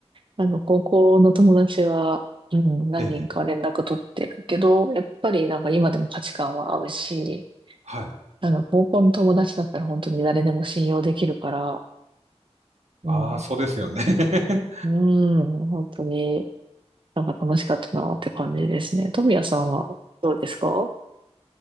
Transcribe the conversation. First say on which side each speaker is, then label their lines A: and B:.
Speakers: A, on the right (about 50°); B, on the right (about 80°).
A: あの、高校の友達は、うん、何人か連絡取ってるけど、
B: ええ
A: やっぱりなんか今でも価値観は合うし、
B: はい。
A: なんか高校の友達だったら本当に誰でも信用できるから、うん、
B: ああ、そうですよね。<laughs>
A: うん、本当になんか楽しかったなって感じですね。富谷さんはどうですか